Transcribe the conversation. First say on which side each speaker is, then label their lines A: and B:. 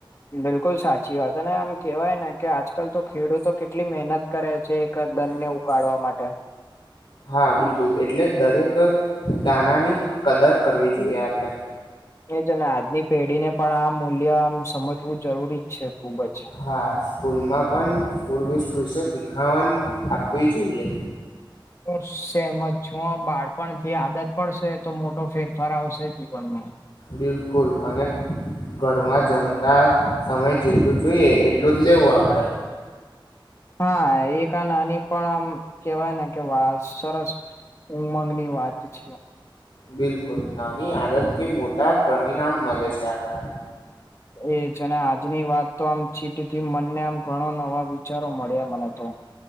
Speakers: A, on the left (about 35°); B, on the left (about 65°).
A: બિલકુલ સાચી વાત ને આમ કેવાય ને કે આજકાલ તો ખેડૂતો કેટલી મહેનત કરે છે એક દંડને ઉગાડવા માટે
B: હા બિલકુલ એટલે દરેક દાનાની કદર કરવી જોઈએ આપડે
A: એ જ ને આજની પેઢી ને પણ આ મૂલ્ય આમ સમજવું જરૂરી જ છે ખુબ જ
B: હા સ્કૂલમાં પણ ફૂડ વસ્ટ વિશે શીખવા આપવી જોઈએ
A: હ સેમ જ છું બાળપણથી આદત પડશે તો મોટો ફેરફાર આવશે જીવનમાં
B: બિલકુલ અનેનંદ ઘરમાં જમતા સમય જેટલું જોઈએ એટલું જ લેવું આપડે
A: હા એ નાની પણ આમ કેવાય ને કે વાત સરસ ઉમંગ ની વાત છ
B: બિલકુલ નાની આદત થી મોટા પરિણામ મળે છે આપણને
A: એજ આજની વાત તો આમ ચીટથી મને આમ ઘણો નવા વિચારો મળ્યા મને તો